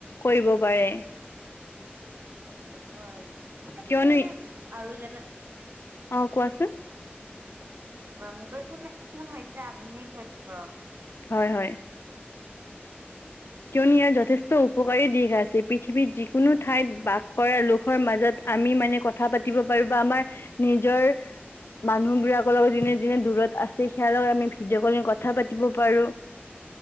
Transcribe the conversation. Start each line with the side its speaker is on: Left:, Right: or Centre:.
Left: কৰিব পাৰে
Right: হয় এতিয়া
Left: কিয়নো
Right: তুমি এনে আৰু <unintelligible>
Left: অ কোৱাচোন
Right: মোবাইল ফোনে, ফোন হৈছে আধুনিক তথ্য
Left: হয় হয় কিয়নো ইয়াৰ যথেষ্ট উপকাৰী দিশ আছে। পৃথিৱীত যিকোনো ঠাইত বাস কৰা লোকৰ মাজত আমি মানে কথা পাতিব পাৰো বা আমাৰ নিজৰ মানুহবোৰাকৰ লগত যোনে যোনে দূৰত আছে সেয়াৰ লগত আমি ভিডিঅ' কলিং কথা পাতিব পাৰো।